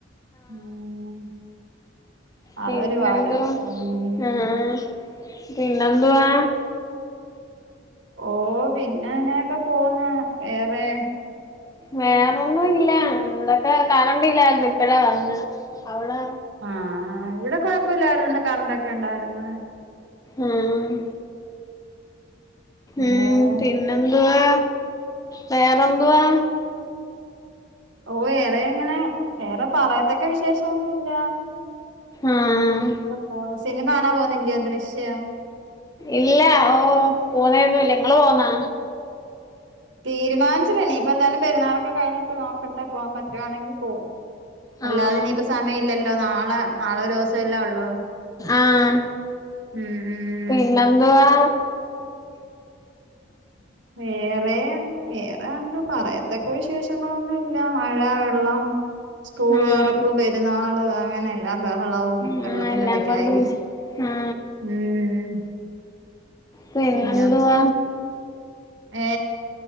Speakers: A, on the right (about 70°); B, on the left (about 20°).
A: ഉം അതൊരു
B: പിന്നെന്തോ
A: പാട് ഉം
B: ആഹ് പിന്നെന്തുവാ
A: ഓഹ് പിന്നെ ങ്ങനെയൊക്കെ പോന്ന് വേറെ
B: വേറൊന്നുംല്ല ഇവിടൊക്കെ കറണ്ട് ഇല്ലായിരുന്നു ഇപ്പഴാ വന്നെ, അവടോ
A: ആഹ് ഇവിടെ കൊഴപ്പില്ലാർന്നു കറണ്ടൊക്കെണ്ടായിരുന്നു
B: ഉം ഉം
A: വേറെ
B: പിന്ന ന്തുവാ വേറെന്തുവാ
A: ഓഹ് ഏറെങ്ങനെ വേറെ പറയത്തക്ക വിശേഷമൊന്നുല്ല
B: ആഹ്
A: പോണു. സിനിമ കാണാൻ പോകുന്നില്ലയോ ദൃശ്യം
B: ഇല്ല ഓ പോണേന്നും ഇല്ല നിങ്ങള് പോന്നാ
A: തീരുമാനിച്ചില്ല നീയിപ്പന്തായാലും പെുരുന്നാളൊക്കെ കഴിഞ്ഞിട്ട് നോക്കട്ടെ പോവാൻ പറ്റുവാണെങ്കിൽ പോവും അല്ലാതെയിനിപ്പ
B: ആഹ്
A: സമയമില്ലല്ലോ നാളെ നാളെ ഒരീസല്ലേയൊള്ളു
B: ആഹ്
A: ഉം ഉം
B: പിന്നെന്തുവാ
A: വേറേം വേറെയൊന്ന് പറയത്തക്ക വിശേഷങ്ങളൊന്നുമില്ല മഴ വെള്ളം സ്കൂളുതൊറപ്പ്
B: ഉം
A: പെരുന്നാള് അങ്ങനായി എല്ലാ ബഹളവും
B: ആ
A: വെള്ളത്തിന്റെടക്കായി
B: എല്ലാം കൊണ്ടും ആ
A: ഉം
B: പിന്നെന്തുവാ
A: പിന്നെ ഏ